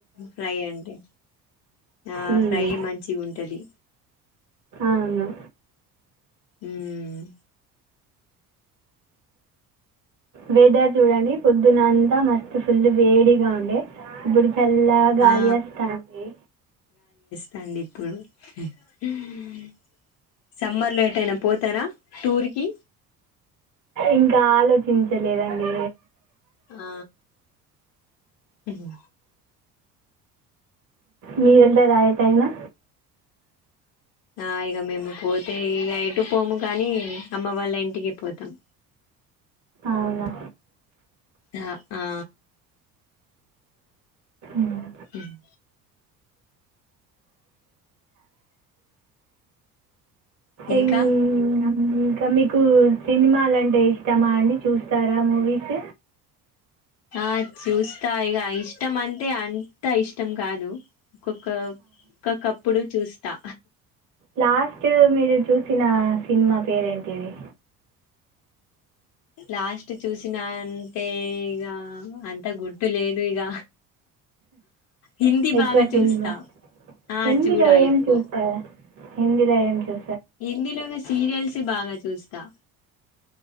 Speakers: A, on the left (about 50°); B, on the right (about 35°).
A: ఫ్రై అంటే ఆ
B: మ్మ్.
A: ఫ్రై మంచి గుంటది
B: అవును
A: ఉమ్
B: వెదర్ జూడండి పొద్దునంతా మస్త్ ఫుల్ వేడిగా ఉండే ఇప్పుడు చల్ల గాలి
A: ఆ
B: వస్తాంది
A: తండిప్పుడు ఉమ్ సమ్మర్ లో ఏటైనా పోతారా టూర్ కి
B: ఇంకా ఆలోచించలేదండి
A: ఆ హుహూ
B: మీరేళ్ళరా యెటైనా
A: ఆ ఇగ మేము పోతే ఇగ ఎటు పోము గానీ అమ్మ వాళ్ళ ఇంటికి పోతాం
B: అవునా
A: ఆ ఆ
B: మ్మ్.
A: ఉమ్ ఇంకా
B: ఇంగా ఇంకా మీకు సినిమాలంటే ఇష్టమా అండి చూస్తారా మూవీస్
A: ఆ చూస్తా ఇగ ఇష్టం అంటే అంత ఇష్టం కాదు ఒక్కొక్క ఒకొకప్పుడు చూస్తా
B: లాస్ట్ మీరు చూసిన సినిమా పేరేంటిది
A: లాస్ట్ చూసిన అంటే ఇగ అంత గుర్తు లేదు ఇగ హిందీ
B: ఎక్కువ
A: బాగా
B: సినిమా
A: చూస్తా ఆ
B: హిందీలో
A: చూడా
B: ఏం
A: ఎక్కువ
B: చూసారా హిందీలో ఏం చూ
A: హిందీలోనే సీరియల్స్ బాగా చూస్తా